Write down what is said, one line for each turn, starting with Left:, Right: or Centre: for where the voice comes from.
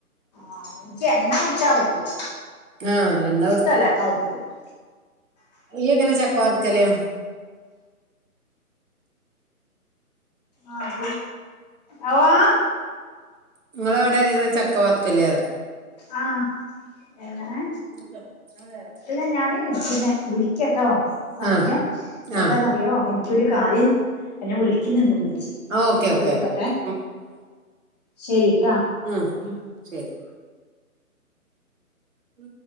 Left: ആഹ് എനിക്ക് എണ്ണ കുടിച്ചാ പറ്റൂല
Right: ആഹ് എണ്ണ
Left: ഇഷ്ടല്ല എണ്ണ കുടിച്ചുന്നത്
Right: ഇയ്യെങ്ങനെ ചക്ക വറുക്കല്
Left: ആഹ് അതിലും
Right: നിങ്ങെളവിടെ ഈ ചക്കവർക്കല്ലേലാ.
Left: ആഹ് എങ്ങനെ?
Right: ഇക്കർ ആതാരാ?
Left: അല്ല, ഞാന് പിന്നെ വിളിക്കട്ടോ. സമയം
Right: ആഹ്
Left: എന്താന്നറിയ്യോ.
Right: ആഹ്
Left: എനി ക്ക് ഒര് കാര്യം എന്നെ വിളിക്കുന്നുണ്ട് ഉമ്മച്ചി.
Right: ഓക്കെ
Left: ഒന്ന് പോയ്
Right: ഓക്കെ
Left: നോക്കെട്ടെ
Right: ഓക്കെ ഓക്കെ
Left: ശരിട്ടാ.
Right: ങും
Left: ഉം
Right: ശരി ഉം